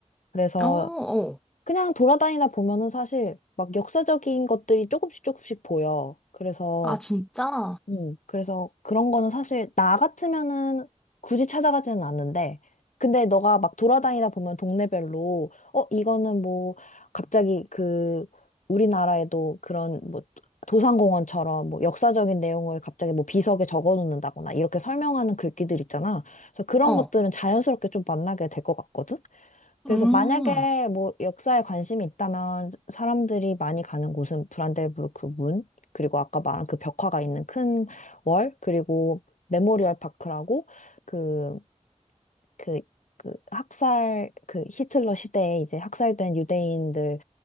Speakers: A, on the left; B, in the centre.
A: 그래서
B: 어, 어.
A: 그냥 돌아다니다 보면은 사실 막 역사적인 것들이 조금씩 조금씩 보여. 그래서
B: 아, 진짜?
A: 음, 그래서 그런 거는 사실 나 같으면은 굳이 찾아가지는 않는데, 근데 너가 막 돌아다니다 보면 동네별로, 어, 이거는 뭐, 갑자기 그, 우리나라에도 그런 뭐, 도산공원처럼 뭐 역사적인 내용을 갑자기 뭐 비석에 적어 놓는다거나 이렇게 설명하는 글귀들 있잖아. 그래서 그런
B: 어,
A: 것들은 자연스럽게 좀 만나게 될 것 같거든? 그래서
B: 음,
A: 만약에 뭐 역사에 관심이 있다면 사람들이 많이 가는 곳은 브란덴부르크 문, 그리고 아까 말한 그 벽화가 있는 큰 월, 그리고 메모리얼 파크라고 그 그, 그 학살, 그 히틀러 시대에 이제 학살된 유대인들을